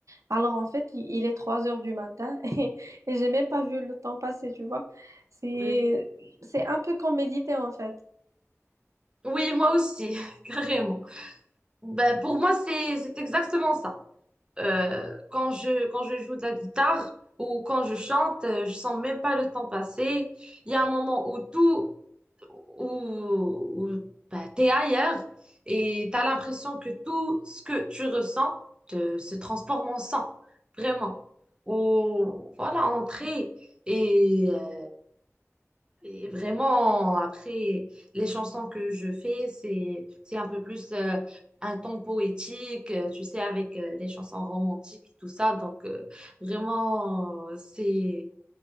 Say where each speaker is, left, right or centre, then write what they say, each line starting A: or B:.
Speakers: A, on the right; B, on the right.
A: Alors en fait, il, il est 3 heures du matin <laughs> et, et j'ai même pas vu le temps passer, tu vois. C'est,
B: Oui,
A: c'est un peu comme méditer en fait.
B: Oui, moi aussi, <laughs> carrément. Ben, pour moi, c'est, c'est exactement ça. Euh, quand je, quand je joue de la guitare ou quand je chante, euh, je sens même pas le temps passer. Il y a un moment où tout où, où bah, tu es ailleurs et tu as l'impression que tout ce que tu ressens te- se transforme en sang, vraiment. Ou voilà, entrer. Et, euh, et vraiment, après, les chansons que je fais, c'est, c'est un peu plus euh, un ton poétique, euh, tu sais, avec euh, les chansons romantiques et tout ça. Donc, euh, vraiment, euh, c'est,